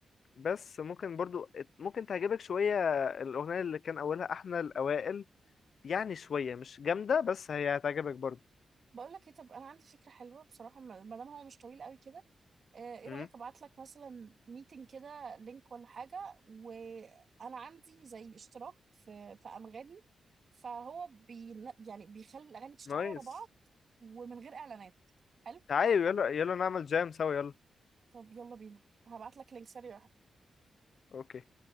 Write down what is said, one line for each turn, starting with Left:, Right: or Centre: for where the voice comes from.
Left: بس ممكن برضو ممكن تعجبك شوية الأغنية اللي كان أولها إحنا الأوائل يعني شوية مش جامدة بس هي هتعجبك برضو
Right: بقول لك إيه طب أنا عندي فكرة حلوة بصراحة ما ما دام هو مش طويل قوي كده آه، ايه
Left: مم.
Right: رأيك ابعت لك مثلا ميتنج كده لينك ولا حاجة وانا عندي زي اشتراك في في انغامي فهو بي يعني بيخلي الاغاني تشتغل
Left: نايس
Right: ورا بعض ومن غير اعلانات حلو
Left: تعالي يلا يلا نعمل جام سوا يلا
Right: طب يلا بينا هبعت لك لينك سريع
Left: أوكي